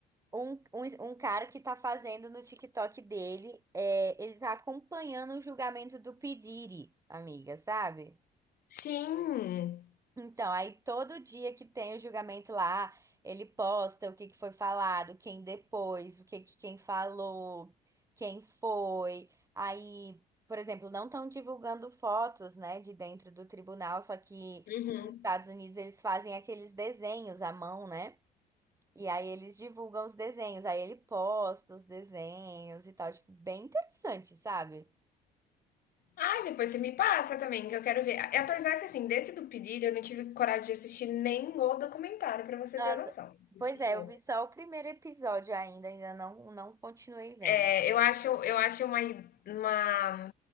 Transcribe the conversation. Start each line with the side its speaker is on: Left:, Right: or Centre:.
Right: Um, um, um cara que tá fazendo no TikTok dele, é, ele tá acompanhando o julgamento do P. Diddy, amiga, sabe?
Left: Sim.
Right: Então, aí todo dia que tem o julgamento lá, ele posta o que que foi falado, quem depois, o que que quem falou, quem foi. Aí, por exemplo, não estão divulgando fotos, né, de dentro do tribunal, só que
Left: Uhum.
Right: nos Estados Unidos eles fazem aqueles desenhos à mão, né? E aí eles divulgam os desenhos, aí ele posta os desenhos e tal, tipo, bem interessante, sabe?
Left: Ah, depois você me passa também, que eu quero ver. A- Apesar que, assim, desse do pedido, eu não tive coragem de assistir nem o documentário, para você
Right: Nossa,
Left: ter noção.
Right: pois
Left: Tipo,
Right: é, eu vi só o primeiro episódio ainda, ainda não, não continuei vendo.
Left: É, eu acho, eu acho uma, uma,